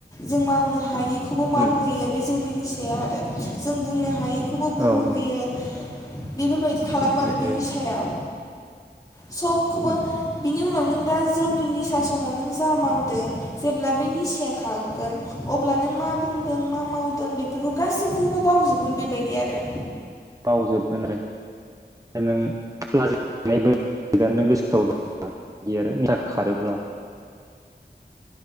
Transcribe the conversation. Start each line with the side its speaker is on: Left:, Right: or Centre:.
Left: जों मावनो हायै खौबो मावहोयो
Right: उम
Left: बे जौनि निसाया आरो। जों बुंनो हायि खौबो बुंहोयो।
Right: औ औ
Left: बेफोरबायदि खालामो
Right: खमायो
Left: आरो बे निसाया। सबखौबो
Right: उम
Left: बिनि उनाव नों दा जौनि निसा समाव नों जा मावदों जेब्ला बे निसाया खागोन अब्ला नों मा बुंदों मा मावदों बेफोरखौ गासिबखौबो बावजोबगोन बेबायदि आरो।
Right: बावजोबगोन आरो नों लाजिना <unintelligible> नों गोसोआव
Left: <unintelligible> औ।
Right: दंबायदि आरो निसा खारोब्ला